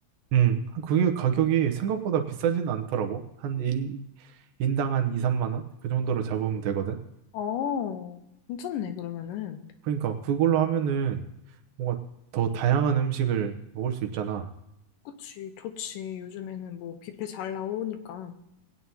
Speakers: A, on the right; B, on the left.
A: 음, 그게 가격이 생각보다 비싸진 않더라고. 한 인, 인당 한 2, 3만 원? 그 정도로 잡으면 되거든.
B: 어, 괜찮네, 그러면은.
A: 그러니까 그걸로 하면은 뭔가 더 다양한 음식을 먹을 수 있잖아.
B: 그치, 좋지. 요즘에는 뭐 뷔페 잘 나오니까.